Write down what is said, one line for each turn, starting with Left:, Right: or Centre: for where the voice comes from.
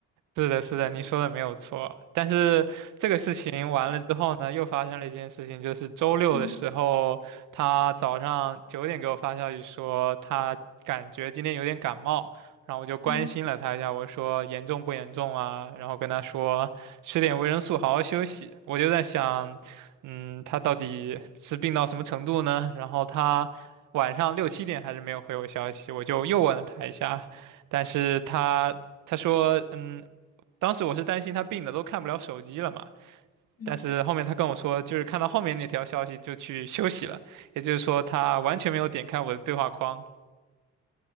Right: 是的，是的，
Left: 我，
Right: 您说的没有错。但是这个事情完了之后呢，又发生了一件事情，就是周六的时候，
Left: 嗯
Right: 他早上九点给我发消息说他感觉今天有点感冒，然后我就关心了他一下，
Left: 嗯
Right: 我说严重不严重啊？然后跟他说吃点维生素，好好休息。我就在想，嗯，他到底是病到什么程度呢？然后他晚上六七点还是没有回我消息，我就又问了他一下，但是他。他说：“嗯，当时我是担心他病的都看不了手机了嘛，
Left: 嗯
Right: 但是后面他跟我说，就是看到后面那条消息就去休息了，也就是说他完全没有点开我的对话框，